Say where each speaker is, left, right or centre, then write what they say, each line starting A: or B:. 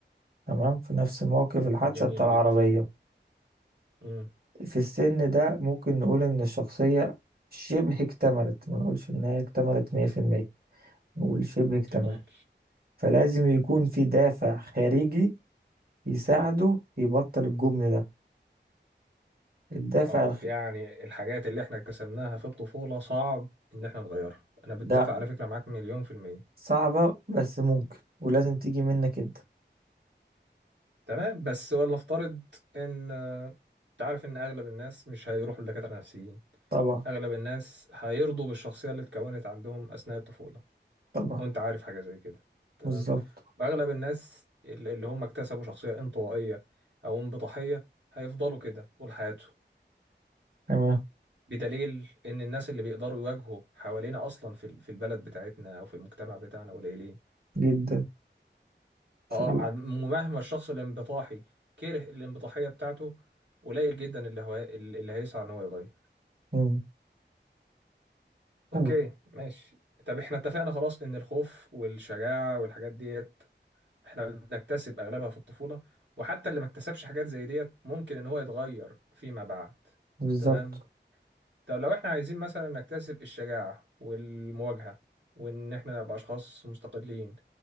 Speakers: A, on the right; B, on the right.
A: تمام في نفس موقف الحادثة
B: جميل
A: بتاع العربية
B: جدا مم.
A: في السن ده ممكن نقول إن الشخصية شبه اكتملت ما نقولش إنها اكتملت مية في المية نقول شبه اكتملت
B: جميل
A: فلازم يكون في دافع خارجي يساعده يبطل الجبن ده الدافع
B: اخ
A: الخ...
B: يعني الحاجات اللي احنا اكتسبناها في الطفولة صعب ان احنا نغيرها انا بتفق
A: ده
B: على فكرة معاك مليون في المية
A: صعبة بس ممكن ولازم تيجي منك أنت
B: تمام بس ولا افترض ان آه، انت عارف ان اغلب الناس مش هيروحوا لدكاتره نفسيين
A: طبعا
B: اغلب الناس هيرضوا بالشخصيه اللي اتكونت عندهم اثناء الطفوله
A: طبعا
B: وانت عارف حاجه زي كده تمام
A: بالظبط
B: واغلب الناس اللي اللي هم اكتسبوا شخصيه انطوائيه او انبطاحيه هيفضلوا كده طول حياتهم
A: تمام
B: بدليل ان الناس اللي بيقدروا يواجهوا حوالينا اصلا في ال- في البلد بتاعتنا او في المجتمع بتاعنا قليلين
A: جدا
B: اه
A: شغل
B: عن- مهما الشخص الانبطاحي كره الانبطاحية بتاعته قليل جدا اللي هو اللي هيسعى ان هو يغير
A: مم.
B: اوكي
A: أيوة.
B: ماشي طب احنا اتفقنا خلاص ان الخوف والشجاعة والحاجات ديت احنا بنكتسب اغلبها في الطفولة وحتى اللي ما اكتسبش حاجات زي ديت ممكن ان هو يتغير فيما بعد
A: بالظبط
B: تمام طب لو احنا عايزين مثلا نكتسب الشجاعة والمواجهة وان احنا نبقى اشخاص مستقلين